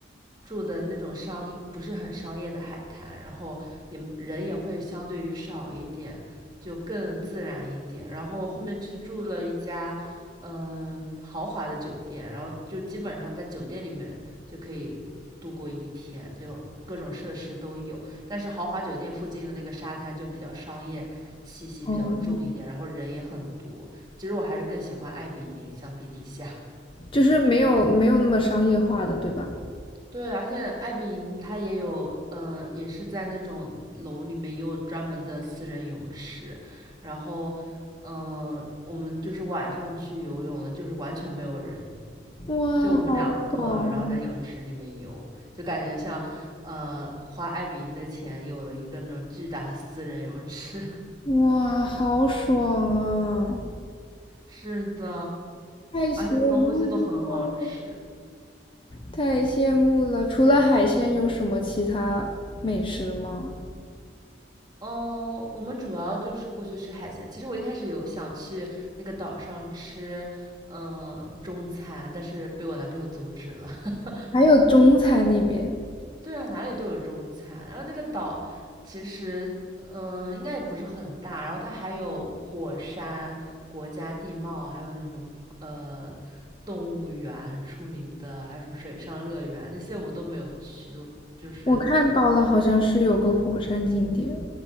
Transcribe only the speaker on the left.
哦，
就是没有没有那么商业化的，对吧？
哇，
好爽啊
哇，好爽啊！
太羡慕了！
太羡慕了！除了海鲜，有什么其他美食吗？
还有中餐那边，
我看到了，好像是有个火山景点，